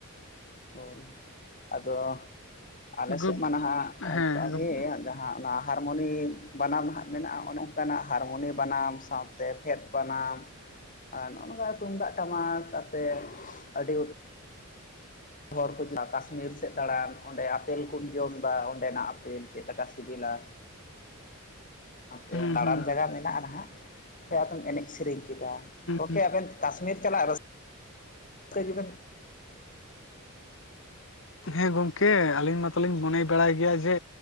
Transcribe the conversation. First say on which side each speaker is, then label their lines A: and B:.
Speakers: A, on the left (about 40°); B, on the left (about 60°).
A: ᱦᱳᱭ ᱟᱫᱚ ᱟᱞᱮᱥᱮᱫ
B: ᱜᱚᱢ
A: ᱢᱟ ᱱᱟᱦᱟᱜ ᱚᱱᱠᱟ
B: ᱦᱮᱸ ᱦᱩᱸ
A: ᱜᱮ ᱡᱟᱦᱟᱸ ᱚᱱᱟ ᱦᱟᱨᱢᱩᱱᱤ ᱵᱟᱱᱟᱢ ᱱᱟᱦᱟᱜ ᱢᱮᱱᱟᱜᱼᱟ ᱚᱱᱮ ᱚᱱᱠᱟᱱᱟᱜ ᱦᱟᱨᱢᱩᱱᱤ ᱵᱟᱱᱟᱢ ᱥᱟᱶ ᱛᱮ ᱯᱷᱮᱫ ᱵᱟᱱᱟᱢ ᱟᱨ ᱱᱚᱜ ᱱᱚᱝᱠᱟ ᱛᱩᱢᱫᱟᱜ ᱴᱟᱢᱟᱠ ᱟᱛᱮᱫ ᱟᱹᱰᱤ ᱦᱚᱲ ᱠᱩ ᱪᱟᱞᱟᱜ-ᱟ ᱠᱟᱥᱢᱤᱨ ᱥᱮᱫ ᱫᱟᱬᱟᱱ ᱚᱸᱰᱮ ᱟᱯᱮᱞ ᱠᱩᱢ ᱡᱚᱢ ᱮᱫᱟ ᱚᱸᱰᱮᱱᱟᱜ ᱟᱯᱮᱞ ᱪᱮᱫ ᱞᱮᱠᱟ ᱥᱤᱵᱤᱞᱟ ᱟᱯᱮ
B: ᱦᱩᱸ
A: ᱫᱟᱬᱟᱱ
B: ᱦᱩᱸ
A: ᱡᱟᱭᱜᱟ ᱢᱮᱱᱟᱜᱼᱟ ᱱᱟᱦᱟᱜ ᱛᱮ ᱟᱛᱚᱢ ᱮᱱᱮᱡ ᱥᱮᱨᱮᱧ ᱠᱮᱫᱟ᱾ ᱜᱚᱝᱠᱮ
B: ᱦᱩᱸ
A: ᱟᱵᱮᱱ ᱠᱟᱥᱢᱤᱨ ᱪᱟᱞᱟᱜ ᱨᱟᱹᱥᱠᱟᱹ ᱜᱮ ᱵᱮᱱ
B: ᱦᱮᱸ ᱜᱚᱝᱠᱮ ᱟᱹᱞᱤᱧ ᱢᱟᱛᱚᱞᱤᱧ ᱢᱚᱱᱮ ᱵᱟᱲᱟᱭ ᱜᱮᱭᱟ ᱡᱮ